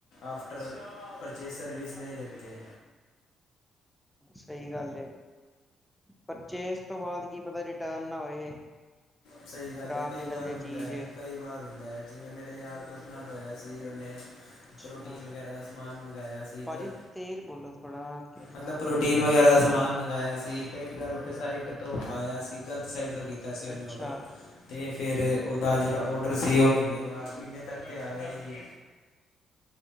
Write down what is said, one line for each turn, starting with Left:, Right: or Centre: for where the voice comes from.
Left: ਆਫਟਰ ਪਰਚੇਜ਼ ਸਰਵਿਸ ਨਹੀਂ ਦੇਤੇ।
Centre: ਸਹੀ ਗੱਲ ਏ। ਪਰਚੇਜ਼ ਤੋਂ ਬਾਅਦ ਕੀ ਪਤਾ, ਰਿਟਰਨ ਨਾ ਹੋਏ।
Left: ਸਹੀ ਗੱਲ
Centre: ਖ਼ਰਾਬ
Left: ਐ। ਕਈ
Centre: ਨਿਕਲ
Left: ਵਾਰ
Centre: ਜੇ
Left: ਹੁੰਦਾ,
Centre: ਚੀਜ਼
Left: ਕਈ ਵਾਰ ਹੁੰਦਾ। ਜਿਵੇਂ ਮੇਰੇ ਯਾਰ ਦੋਸਤ ਨਾਲ ਹੋਇਆ ਸੀ। ਉਹਨੇ
Centre: ਅੱਛਾ
Left: ਪ੍ਰੋਟੀਨ ਵਗੈਰਾ ਦਾ ਸਮਾਨ ਮਗਾਇਆ ਸੀਗਾ।
Centre: ਭਾਜੀ ਤੇਜ਼ ਬੋਲੋ ਥੋੜਾ ਕਿੰਨੀ
Left: ਮਤਲਬ
Centre: ਵਾਰ
Left: ਪ੍ਰੋਟੀਨ
Centre: ਕਿਹਾ
Left: ਵਗੈਰਾ ਦਾ ਸਮਾਨ ਮੰਗਾਆ ਸੀ। ਸੀ ਤੇ ਗਲਤ ਸਾਈਟ ਤੋਂ ਆਇਆ ਸੀ। ਗਲਤ ਸਾਈਟ ਤੋਂ ਕੀਤਾ ਸੀ ਉਹਨੇ
Centre: ਅੱਛਾ
Left: ਔਡਰ ਤੇ ਫਿਰ ਉਹਦਾ ਜਿਹੜਾ ਔਡਰ ਸੀ ਉਹ ਮਹੀਨੇ ਬਾਅਦ, ਮਹੀਨੇ ਤੱਕ ਤਾਂ ਆਇਆ ਈ ਨੀ